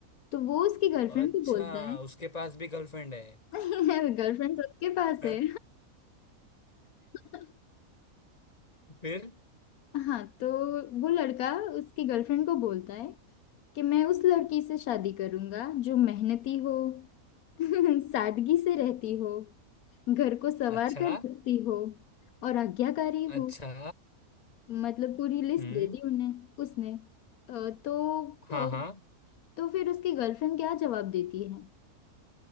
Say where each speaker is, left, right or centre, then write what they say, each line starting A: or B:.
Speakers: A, on the left; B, on the left.
A: तो वो उसकी गर्लफ्रेंड
B: अच्छा
A: को बोलता है
B: उसके पास भी गर्लफ्रेंड है
A: <laughs> गर्लफ्रेंड सबके पास है
B: <laughs>
A: <laughs>
B: फिर
A: हाँ तो वो लड़का उसकी गर्लफ्रेंड को बोलता है कि मैं उस लड़की से शादी करूंगा जो मेहनती हो <laughs> सादगी से रहती हो घर को संवार
B: अच्छा
A: कर रखती हो और आज्ञाकारी हो
B: अच्छा
A: मतलब पूरी लिस्ट
B: हम्म
A: दे दी उन्हें उसने अ, तो
B: हाँ
A: अ,
B: हाँ
A: तो फिर उसकी गर्लफ्रेंड क्या जवाब देती है